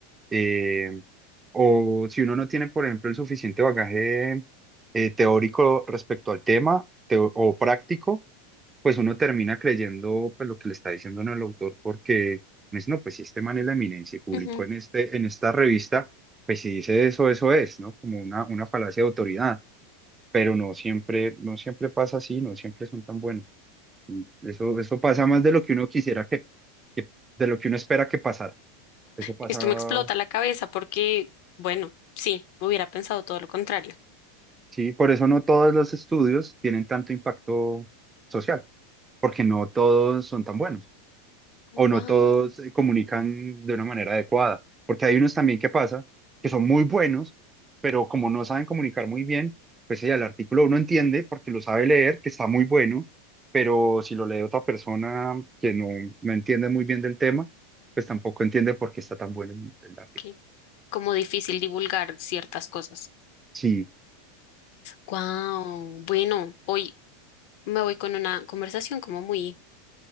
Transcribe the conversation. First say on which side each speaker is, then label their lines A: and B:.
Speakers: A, on the right; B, on the left.
A: eh, o si uno no tiene, por ejemplo, el suficiente bagaje eh, teórico respecto al tema teo- o práctico pues uno termina creyendo pues, lo que le está diciendo ¿no? el autor, porque me dice, no, pues si este man es la eminencia y publicó
B: Wow.
A: en, este, en esta revista, pues si dice eso, eso es, ¿no? Como una, una falacia de autoridad, pero no siempre, no siempre pasa así, no siempre son tan buenos. Y Eso, eso pasa más de lo que uno quisiera que, que- de lo que uno espera que pasara. Eso pasa,
B: Esto me explota la cabeza porque, bueno, sí, hubiera pensado todo lo contrario.
A: sí, por eso no todos los estudios tienen tanto impacto social, porque no todos son tan buenos. o no
B: Wow,
A: todos eh, comunican de una manera adecuada, porque hay unos también que pasa que son muy buenos, pero como no saben comunicar muy bien, pues ya el artículo uno entiende porque lo sabe leer, que está muy bueno, pero si lo lee otra persona que no, no entiende muy bien del tema, pues tampoco entiende por qué está tan bueno el, el artículo.
B: qué como difícil divulgar ciertas cosas.
A: Sí,
B: Wow, bueno, hoy me voy con una conversación como muy